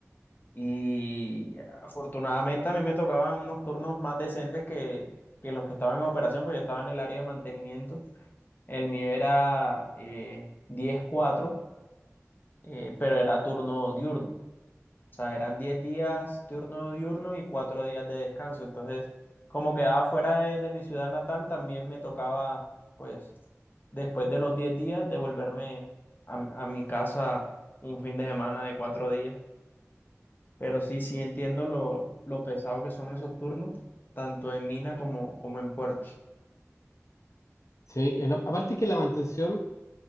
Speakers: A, on the left; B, on the left.
A: y afortunadamente a mí me tocaban unos turnos más decentes que, que los que estaban en operación, porque yo estaba en el área de mantenimiento. El mío era eh, 10-4, eh, pero era turno diurno sea, eran 10 días turno diurno y 4 días de descanso. Entonces, como quedaba fuera de, de mi ciudad natal, también me tocaba, pues, después de los 10 días, devolverme a, a mi casa un fin de semana de 4 días. Pero sí, sí entiendo lo, lo pesado que son esos turnos, tanto en mina como, como en puerto.
B: Sí, en- aparte que la mantención